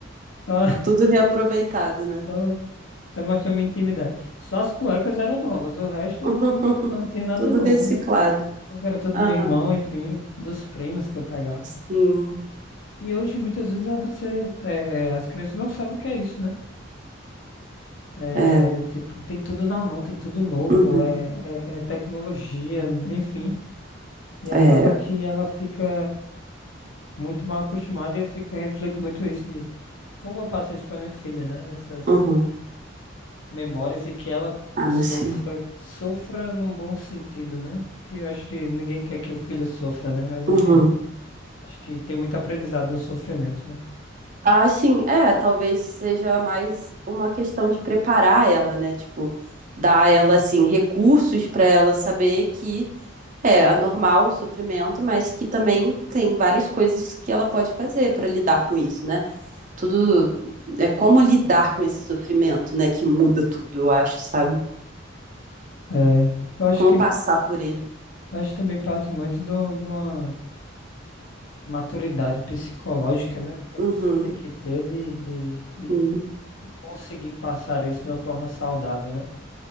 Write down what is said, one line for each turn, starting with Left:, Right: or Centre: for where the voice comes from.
Left: só,
Right: Tudo reaproveitado, né?
Left: só tá mostrando minha intimidade. Só as cuecas eram novas, o resto
Right: <laughs>
Left: não, não,
Right: Uhum,
Left: não tinha nada
Right: tudo
Left: novo,
Right: reciclado.
Left: né? Porque era todo
Right: ah
Left: meu irmão, enfim, dos primos que eu pegava.
Right: sim.
Left: E hoje, muitas vezes, eh, você, eh, eh, as crianças não sabem o que é isso, né? É,
Right: É,
Left: de tipo, tem tudo na mão, tem tudo novo,
Right: uhum,
Left: é, é, é tecnologia, enfim. E acaba
Right: é,
Left: que ela fica muito mal acostumada e eu fico, reflito muito isso de como eu passo isso para minha filha, né? Nessas
Right: uhum.
Left: memórias e que ela
Right: Ah,
Left: sofra,
Right: sim.
Left: sofra num bom sentido, né? Que eu acho que ninguém quer que o filho sofra, né? Mas enfim,
Right: Uhum.
Left: acho que tem muito aprendizado no sofrimento, né?
Right: Ah, sim, é, talvez seja mais uma questão de preparar ela, né? Tipo, dar a ela assim recursos para ela saber que é anormal o sofrimento, mas que também tem várias coisas que ela pode fazer para lidar com isso, né? Tudo é como lidar com esse sofrimento, né, que muda tudo, eu acho, sabe?
Left: É, eu acho
Right: Como
Left: que
Right: passar por ele.
Left: acho que também parte muito do- de uma maturidade psicológica, né? Que a
Right: Uhum.
Left: pessoa tem que ter de, de, de,
Right: uhum.
Left: de conseguir passar isso de uma forma saudável, né?